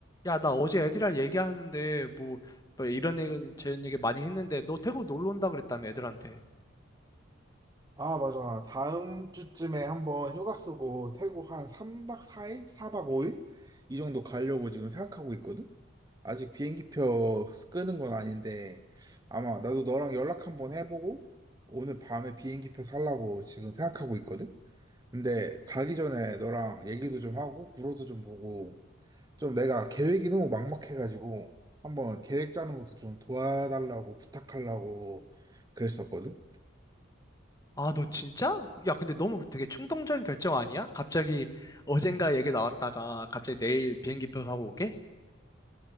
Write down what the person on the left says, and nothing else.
야, 나 어제 애들이랑 얘기하는데, 뭐, 뭐 이런 얘기, 저런 얘기 많이 했는데, 너 태국 놀러 온다 그랬다며, 애들한테.
아, 너 진짜? 야, 근데 너무 되게 충동적인 결정 아니야? 갑자기 어젠가 얘기 나왔다가, 갑자기 내일 비행기표 사고 오게?